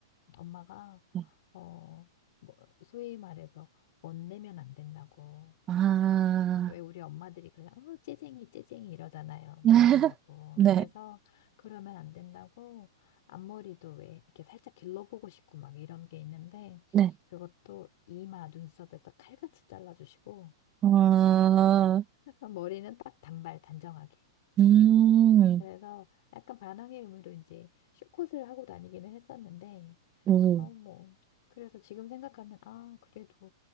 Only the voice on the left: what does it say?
엄마가
어, 뭐 소위 말해서 못 내면 안 된다고
왜 우리 엄마들이 그래, 어, 째쟁이, 째쟁이 이러잖아요.
못 낸다고.
그래서 그러면 안 된다고 앞머리도 왜 이렇게 살짝 길러보고 싶고 막 이런 게 있는데
그것도 이마, 눈썹에서 칼같이 잘라주시고
<laughs> 머리는 딱 단발, 단정하게.
그래서 약간 반항의 의미로 이제 숏컷을 하고 다니기는 했었는데,
어, 뭐. 그래서 지금 생각하면, 아, 그래도